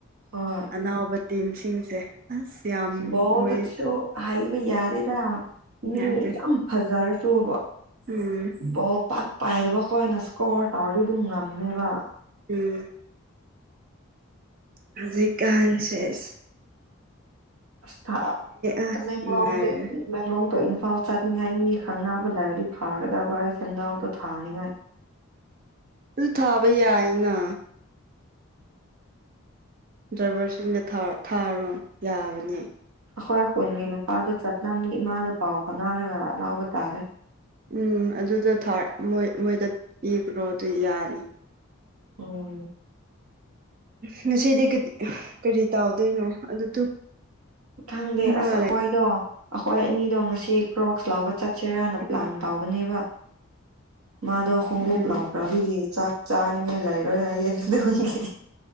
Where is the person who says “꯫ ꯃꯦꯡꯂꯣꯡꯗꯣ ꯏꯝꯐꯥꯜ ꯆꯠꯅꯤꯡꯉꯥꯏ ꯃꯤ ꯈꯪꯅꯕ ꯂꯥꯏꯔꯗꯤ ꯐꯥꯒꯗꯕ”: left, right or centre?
Right